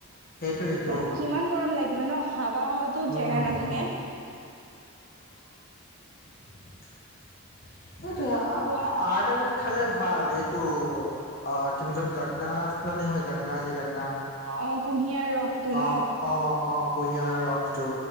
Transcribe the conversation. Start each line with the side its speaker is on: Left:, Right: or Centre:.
Left: সেইটোয়েইটো
Right: ত কিমান গৰম লাগিব ন অহ- বা হাতো
Left: উম
Right: জেগা নাথাকে।
Left: <unintelligible> সেইটোৱে আ
Right: কোৱা
Left: এটা বোজ খালে ভাল এইটো অ কেনেকৈ গন্না হয়, গন্না যে গন্না
Right: অ কুঁহিয়াৰ ৰসটো ন
Left: অ', অ', অ' কুঁহিয়াৰৰ ৰসটো।